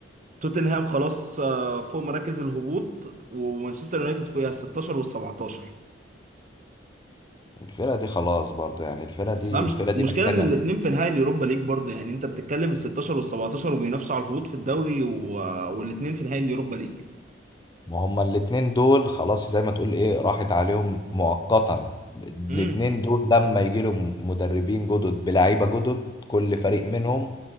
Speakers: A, on the right; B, on the left.
A: توتنهام خلاص آه، فوق مراكز الهبوط ومانشستر يونايتد فوقها 16 وال 17
B: الفرقه دي خلاص برضو يعني الفرقه
A: ما تفهمش
B: دي الفرقه دي
A: المشكله
B: محتاجه
A: ان الاتنين في نهائي اليوروبا ليج برضه يعني انت بتتكلم ال 16 وال 17 وبينافسوا على الهبوط في الدوري و... والاتنين في نهائي اليوروبا ليج
B: ما هما الاتنين دول خلاص زي ما تقول ايه راحت عليهم مؤقتا الاتنين
A: امم
B: دول لما يجي لهم مدربين جدد بلعيبة جدد كل فريق منهم